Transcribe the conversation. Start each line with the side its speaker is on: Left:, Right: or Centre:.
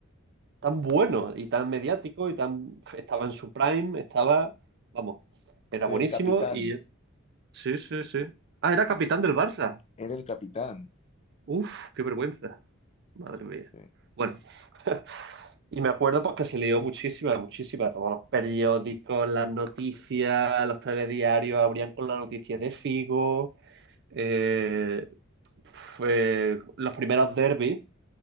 Right: tan bueno y tan mediático y tan... Estaba en su prime, estaba, vamos, era
Left: Era
Right: buenísimo
Left: el capitán.
Right: y... Sí, sí, sí. Ah, era capitán del Barça.
Left: Era el capitán.
Right: Uf, qué vergüenza. Madre mía.
Left: Sí.
Right: Bueno. <laughs> Y me acuerdo porque se leyó muchísima, muchísima. Todos los periódicos, las noticias, los telediarios abrían con la noticia de Figo. eh, fue los primeros derbis,